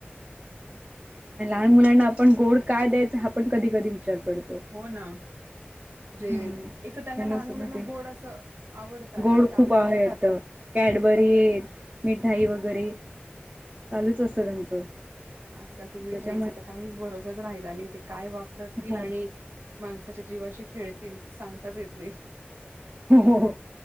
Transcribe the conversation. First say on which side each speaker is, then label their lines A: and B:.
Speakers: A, on the right; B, on the right.
A: अम्म,
B: आणि लहान मुलांना आपण गोड काय द्यायचं हा आपण कधी कधी विचार पडतो.
A: हो ना. जे
B: हम्म
A: एक तर त्यांना लहान
B: सुद्धा
A: मुलांना
B: ते
A: गोड असं आवडतं, आणि
B: गोड
A: ते आवडीने
B: खूप आहेत
A: खातात.
B: कॅडबरी हेत मिठाई वगैरे चालूच असतं त्यांचं.
A: आजकाल ते मिठाईच
B: त्याच्यामुळे
A: त काहीच भरोसाच राहिला आणि ते काय वापरतील
B: हो
A: आणि माणसाच्या जीवाशी खेळतील सांगताच येत नाही
B: हो